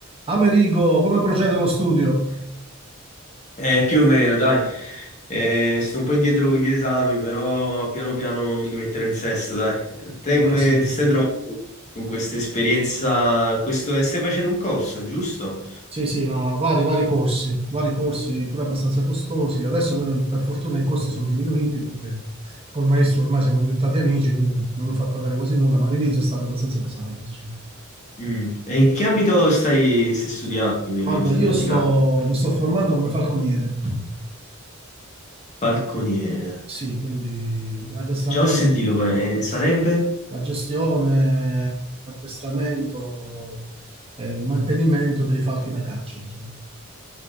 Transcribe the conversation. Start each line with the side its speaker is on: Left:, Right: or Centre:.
Right: Amerigo, come procede lo studio?
Left: Eh, più o meno, dai. Eh, sto un po' indietro con gli esami, però piano piano mi rimetterò in sesto, dai. Te
Right: Ma
Left: come
Right: sì,
Left: ti stai trovando con questa esperienza? Questo, eh, stai facendo un corso, giusto?
Right: sì, sì, ma vari, vari corsi, vari corsi pure abbastanza costosi. Adesso per, per fortuna i costi sono diminuiti perché col maestro ormai siamo diventati amici, quindi non mi fa pagare quasi nulla, ma all'inizio è stato abbastanza pesante, diciamo.
Left: Mm. E in che ambito stai, stai studiando? Che Mi
Right: Guarda,
Left: mi sono
Right: io
Left: dimenticato.
Right: sto, mi sto formando come falconiere,
Left: Balconiere.
Right: sì, quindi l'addestramento,
Left: Già ho sentito, ma, eh, sarebbe?
Right: la gestione, l'addestramento e il mantenimento dei falchi da caccia, diciamo.